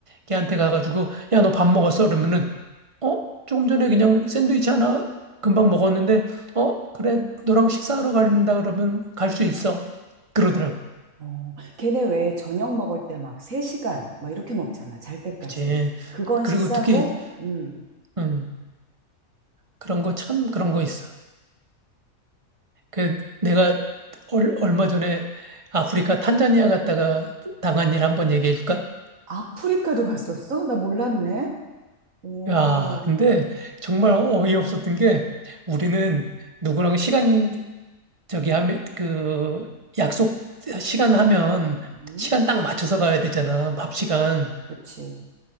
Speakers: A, on the right; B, on the right.
A: 걔한테 가가지고, 야, 너 밥 먹었어? 그러면은, 어? 조금 전에 그냥 샌드위치 하나 금방 먹었는데, 어? 그래, 너랑 식사하러 간다 그러면 갈 수 있어. 그러더라고.
B: 어, 걔네 왜 저녁 먹을 때 막 3시간 막 이렇게 먹잖아. 잘 때까지.
A: 그치.
B: 그건
A: 그리고
B: 식사고,
A: 특히,
B: 음.
A: 음, 그런 거 참 그런 거 있어. 그, 내가 얼, 얼마 전에 아프리카 탄자니아 갔다가 당한 일 한번 얘기해 줄까?
B: 아프리카도 갔었어? 나 몰랐네. 오,
A: 야, 근데 정말 어이없었던 게 우리는 누구랑 시간 저기 하면 그 약속 시간 하면
B: 음,
A: 시간 딱 맞춰서 가야 되잖아. 밥 시간.
B: 그치.